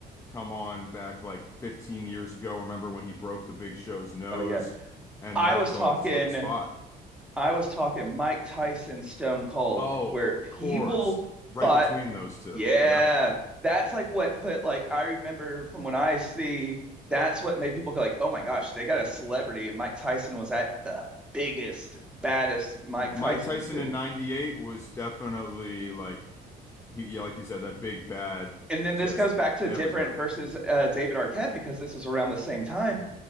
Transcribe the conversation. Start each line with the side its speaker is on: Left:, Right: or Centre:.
Left: come on back like 15 years ago. Remember when he broke the Big Show's nose?
Centre: Oh yeah.
Left: And
Centre: I
Left: that was
Centre: was talking
Left: all just for the spot.
Centre: I was talking Mike Tyson, Stone Cold,
Left: Oh,
Centre: where people
Left: of course. Right
Centre: thought,
Left: between those two.
Centre: yeah,
Left: Yep.
Centre: that's like what put like I remember from when I see that's what made people go like, oh my gosh, they got a celebrity, and Mike Tyson was at the biggest, baddest Mike
Left: Mike
Centre: Tyson
Left: Tyson
Centre: could.
Left: in 98 was definitely like he, yeah, like you said, that big bad,
Centre: And then
Left: just
Centre: this goes back to
Left: everybody.
Centre: different versus uh, David Arquette because this was around the same time.